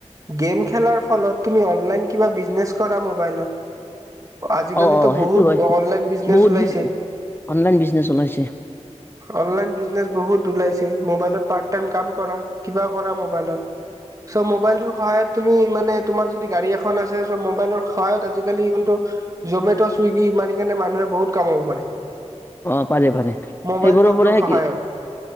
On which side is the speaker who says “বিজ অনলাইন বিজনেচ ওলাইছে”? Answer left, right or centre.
Left